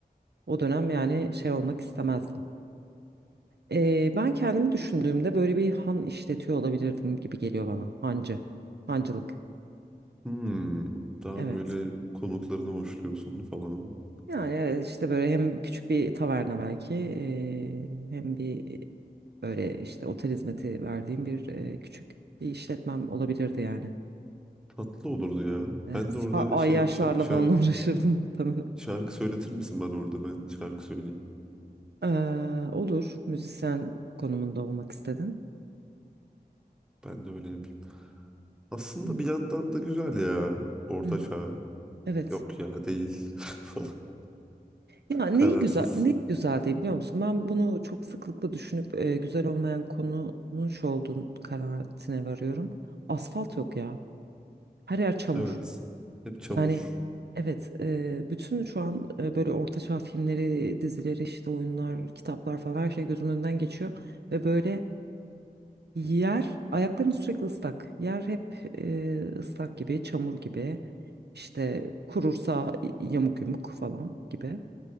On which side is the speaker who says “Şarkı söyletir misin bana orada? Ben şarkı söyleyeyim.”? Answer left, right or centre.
Centre